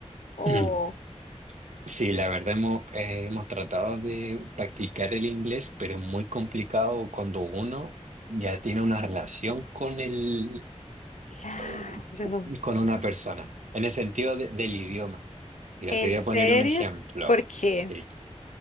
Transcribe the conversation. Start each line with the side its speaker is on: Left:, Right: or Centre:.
Left: Oh,
Right: <clears throat> Sí, la verdad hemos, eh, hemos tratado de practicar el inglés, pero es muy complicado cuando uno ya tiene una relación con el,
Left: claro.
Right: o- con una persona, en el sentido de- del idioma. Mira,
Left: ¿En
Right: te voy a
Left: serio?
Right: poner un ejemplo.
Left: ¿Por qué?
Right: Sí.